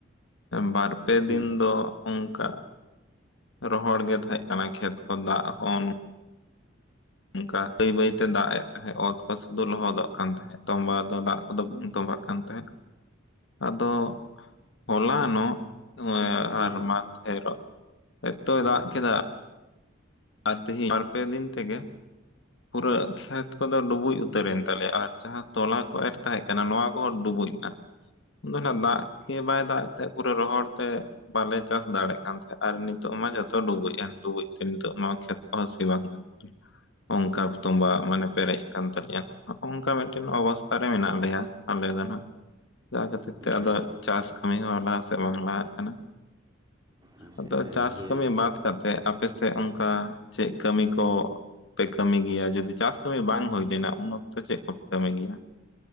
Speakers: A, on the left; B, on the right.
A: ᱵᱟᱨᱯᱮ
B: ᱦᱮᱸ
A: ᱫᱤᱱ ᱫᱚ ᱚᱝᱠᱟ ᱨᱚᱦᱚᱲ ᱜᱮ ᱛᱟᱦᱮᱸᱜ ᱠᱟᱱᱟ ᱠᱷᱮᱛ ᱠᱚ ᱫᱟᱜ ᱦᱚᱸ ᱚᱝᱠᱟ ᱵᱟᱹᱭ ᱵᱟᱹᱭ ᱛᱮ ᱫᱟᱜ ᱮᱜ ᱛᱟᱦᱮᱸᱜ ᱚᱛ ᱠᱚ ᱥᱩᱫᱟᱹᱣ ᱞᱚᱦᱚᱫᱚᱜ ᱠᱟᱱ ᱛᱟᱦᱮᱸᱜ ᱛᱚᱢᱵᱟ ᱫᱚ ᱫᱟᱜ ᱠᱚᱫᱚ ᱵᱟᱝ ᱛᱚᱢᱵᱟᱜ ᱠᱟᱱ ᱛᱟᱦᱮᱸᱜ ᱟᱫᱚ ᱦᱚᱞᱟᱱᱚᱜ <inaudible>
B: ᱦᱮᱸ
A: ᱟᱨ ᱢᱟᱫᱷᱮᱨᱚᱜ ᱮᱛᱚᱭ
B: ᱦᱮᱸ
A: ᱫᱟᱜ ᱠᱮᱫᱟ ᱟᱨ ᱛᱮᱦᱤᱧ ᱵᱟᱨᱯᱮ ᱫᱤᱱ ᱛᱮᱜᱮ ᱯᱩᱨᱟᱹ ᱠᱷᱮᱛ ᱠᱚᱫᱚ ᱰᱩᱵᱩᱡ ᱩᱛᱟᱹᱨᱮᱱ ᱛᱟᱞᱮ ᱟᱨ ᱡᱟᱦᱟᱸ ᱛᱚᱞᱟ ᱠᱚ ᱮᱨ ᱛᱟᱦᱮᱸᱜ ᱠᱟᱱᱟ ᱱᱚᱣᱟ ᱠᱚᱦᱚᱸ ᱰᱩᱵᱩᱡᱽ ᱱᱟ ᱩᱱᱫᱚ ᱱᱟᱜ ᱫᱟᱜ ᱜᱮ ᱵᱟᱭ ᱫᱟᱜ ᱮ ᱛᱮ ᱯᱩᱨᱮ ᱨᱚᱦᱚᱲ ᱛᱮ ᱵᱟᱞᱮ ᱪᱟᱥ ᱫᱟᱲᱮᱭᱮᱜ ᱠᱟᱱᱛᱟᱦᱮᱱ ᱟᱨ ᱱᱤᱛᱚᱜ ᱢᱟ ᱡᱚᱛᱚ ᱰᱩᱵᱩᱡ ᱰᱩᱵᱩᱡᱽ ᱛᱮ ᱱᱤᱛᱚᱜ ᱢᱟ ᱠᱷᱮᱛ ᱠᱚ ᱦᱚ ᱥᱤ ᱵᱟᱝ ᱜᱟᱱᱚᱜ ᱠᱟᱱᱟ ᱚᱝᱠᱟ ᱛᱚᱢᱵᱟ ᱢᱟᱱᱮ ᱯᱮᱨᱮᱡ ᱠᱟᱱ ᱛᱟᱞᱮᱭᱟ ᱚᱝᱠᱟ ᱢᱤᱫᱴᱮᱱ ᱚᱵᱚᱥᱛᱟ ᱨᱮ ᱢᱮᱱᱟᱜ ᱞᱮᱭᱟ ᱟᱞᱮ ᱫᱚ ᱱᱟᱸᱜ ᱡᱟᱦᱟᱸ ᱠᱷᱟᱹᱛᱤᱨ ᱛᱮ ᱟᱫᱚ
B: ᱟᱨ
A: ᱪᱟᱥ ᱠᱟᱹᱢᱤ ᱦᱚᱸ ᱞᱟᱦᱟ ᱥᱮᱫ ᱵᱟᱝ ᱞᱟᱦᱟᱜ ᱠᱟᱱᱟ
B: ᱱᱟᱥᱮ
A: ᱟᱫᱚ
B: ᱟᱨ
A: ᱪᱟᱥ
B: ᱤᱭᱟᱹ
A: ᱠᱟᱹᱢᱤ ᱵᱟᱫ ᱠᱟᱛᱮᱜ
B: ᱦᱮᱸ
A: ᱟᱯᱮ ᱥᱮᱜ ᱚᱝᱠᱟ ᱪᱮᱜ ᱠᱟᱹᱢᱤ ᱠᱚ ᱯᱮ ᱠᱟᱹᱢᱤ ᱜᱤᱭᱟ ᱡᱩᱫᱤ ᱪᱟᱥ ᱠᱟᱹᱢᱤ ᱵᱟᱝ ᱦᱳᱭ ᱞᱮᱱᱟ ᱩᱱ ᱚᱠᱛᱚ ᱪᱮᱫ ᱠᱚᱯᱮ ᱠᱟᱹᱢᱤ ᱜᱤᱭᱟ?